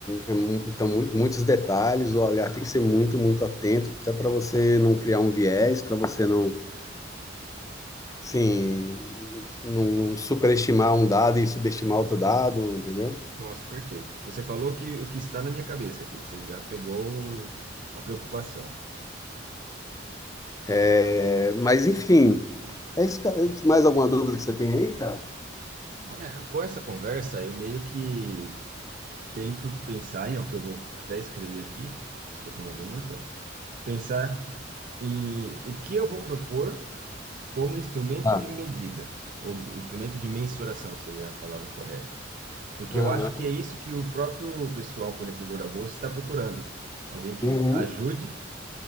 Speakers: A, on the left; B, on the right.
A: é, é mu- então, mu- muitos detalhes, o olhar tem que ser muito, muito atento, até para você não criar um viés, para você não, sim, não superestimar um dado e subestimar outro dado, entendeu?
B: Nossa, perfeito. Você falou que o que está na minha cabeça aqui, você já pegou a preocupação.
A: É, mas, enfim, é isso, cara. mais alguma dúvida que você tem aí, cara?
B: É, com essa conversa, eu meio que tento pensar, e é o que eu vou até escrever aqui, estou tomando nota, pensar em o que eu vou propor como instrumento
A: Ah,
B: de medida, ou instrumento de mensuração seria a palavra correta. Porque
A: Aham.
B: eu acho que é isso que o próprio pessoal fornecedor da bolsa está procurando. Alguém que
A: Uhum.
B: ajude